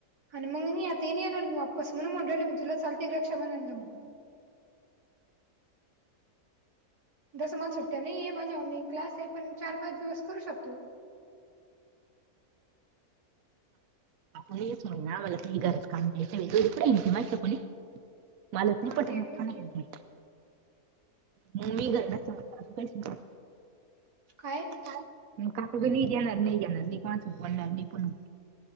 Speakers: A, on the right; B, on the right.
A: आणि मग आता ये येणार मी वापस म्हणून म्हणाले ‌म चालते क्षमा आण मग. जसं मला सुट्ट्या नाही आहे माझी ऑनलाईन क्लास आहे पण चार पाच दिवस करू शकतो.
B: णीच म्हण ना मला ती गरच काम क मा कोणी. मलत
A: हा
B: नाही
A: ते पण
B: पटत. मम्मी घरत कस नाही.
A: काय?
B: काक क नाही जाणार नाही जाणार नाही कोणाचं पडणार नाही पण.